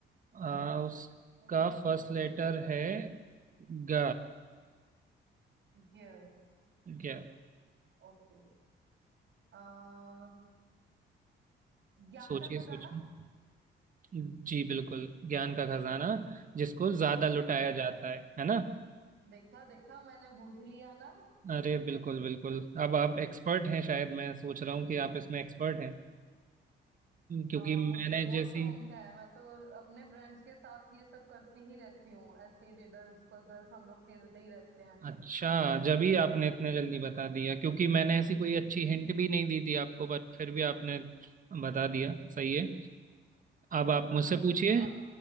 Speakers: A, on the right; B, on the right.
A: आ, उसका
B: अ,
A: फर्स्ट लेटर है ग
B: ये
A: क्या
B: ओके अ, ज्ञान
A: सोचिए
B: का खजाना
A: सोचिए जी बिल्कुल ज्ञान का खजाना जिसको ज्यादा लुटाया
B: देख
A: जाता है है ना
B: देखा देखा मैंने बूझ लिया ना
A: अरे बिल्कुल बिल्कुल अब आप एक्सपर्ट हैं शायद मैं सोच रहा हूँ कि आप इसमें एक्सपर्ट हैं क्योंकि
B: हाँ
A: मैंने
B: मुझे तो बहुत
A: जैसी
B: शौक है मैं तो अपने फ्रेंड्स के साथ ये सब करती ही रहती हूँ ऐसे रिडल्स पजल्स हम लोग खेलते ही रहते हैं
A: अच्छा जब ही आपने इतने जल्दी बता दिया क्योंकि मैंने ऐसी कोई अच्छी
B: हम्म।
A: हिंट भी नहीं दी थी आपको बट फिर भी आपने बता दिया सही है अब आप
B: हाँ
A: मुझसे पूछिए
B: अ,